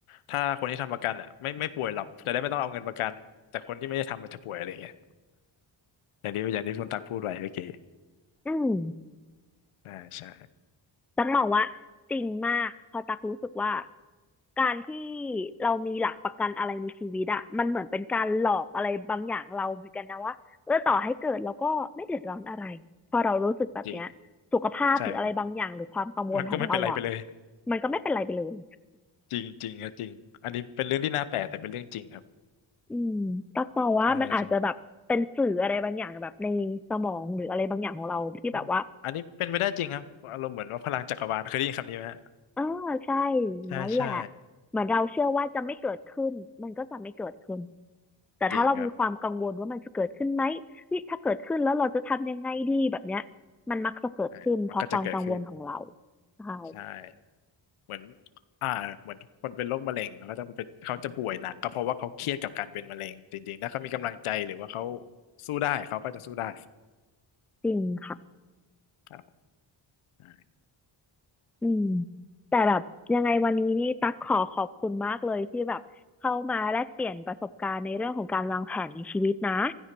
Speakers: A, on the left (about 85°); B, in the centre.
A: ถ้าคนที่ทำประกันอ่ะไม่ไม่ป่วยหรอกจะได้ไม่ต้องเอาเงินประกันแต่คนที่ไม่ได้ทำมันจะป่วยอะไรอย่างเงี้ยอย่างที่อย่างที่คุณตักพูดไว้เมื่อกี้
B: <laughs> อืม
A: อ่าใช่
B: ตักมองว่าจริงมากเพอตักรู้สึกว่าการที่เรามีหลักประกันอะไรในชีวิตอะมันเหมือนเป็นการหลอกอะไรบางอย่างเราเหมือนกันนะว่าเออต่อให้เกิดเราก็ไม่เดือดร้อนอะไรพอเรารู้สึกแบบเนี้ยสุขภาพหรืออะไรบางอย่างหรือความกังวลของเราอะ
A: จริงใช่มันมันมันก็ไม่เป็นไรไปเลย
B: มันก็ไม่เป็นไรไปเลย
A: จริงจริงครับจริงอันนี้เป็นเรื่องที่น่าแปลกแต่เป็นเรื่องจริงครับ
B: อืมตักมองว่ามันอาจจะแบบเป็นสื่ออะไรบางอย่างแบบในสมองหรืออะไรบางอย่างของเราที่แบบว่า
A: ใช่ใช่เป็นอันนี้เป็นไปได้จริงครับอารมณ์เหมือนว่าพลังจักรวาลเคยได้ยินคำนี้ไหมฮะ
B: เออใช่อย่างนั้นแหละ
A: ใช่ใช่
B: เหมือนเราเชื่อว่าจะไม่เกิดขึ้นมันก็จะไม่เกิดขึ้น แต่ถ้าเรามีความกังวลว่ามันจะเกิดขึ้นไหมวิถ้าเกิดขึ้นแล้วเราจะทำยังไงดีแบบเนี้ย
A: จริงครับ
B: มันมักจะเกิดขึ้นเพราะความกังวลของเรา
A: ใช่มันก็จะเกิดขึ้น
B: ใช่
A: ใช่เหมือนอ่าเหมือนคนเป็นโรคมะเร็งเขาก็จะเป็นเขาจะป่วยหนักก็เพราะว่าเขาเครียดกับการเป็นมะเร็งจริงๆถ้าเขามีกำลังใจหรือว่าเขาสู้ได้เขาก็จะสู้ได้
B: จริงค่ะ
A: ครับใช่
B: อืมแต่แบบยังไงวันนี้นี่ตั๊กขอขอบคุณมากเลยที่แบบเข้ามาแลกเปลี่ยนประสบการณ์ในเรื่องของการวางแผนในชีวิตนะ